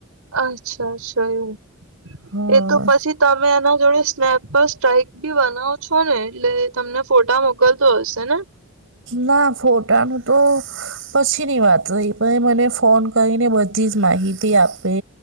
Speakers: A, on the right; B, on the right.
A: અચ્છા અચ્છા એવું
B: હા
A: એ તો પછી તમે તમે એના જોડે સ્નેપ પર સ્ટ્રાઈક બી બનાવો છો ને એટલે એ તમને ફોટા મોકલતો હશે ને.
B: ના ફોટાનું તો પછી ની વાત હોય પણ એ મને ફોન કરીને બધી જ માહિતી આપે.